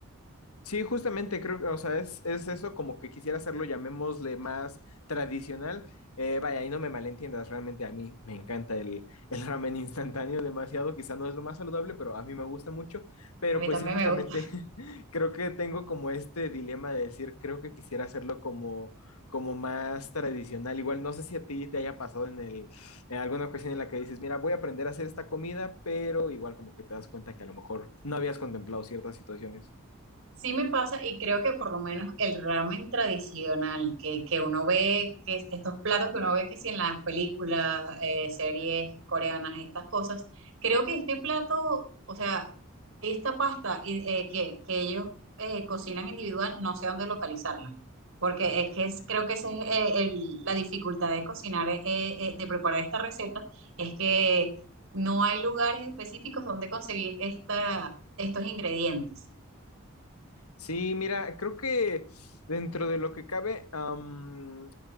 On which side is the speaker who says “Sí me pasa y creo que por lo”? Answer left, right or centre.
Right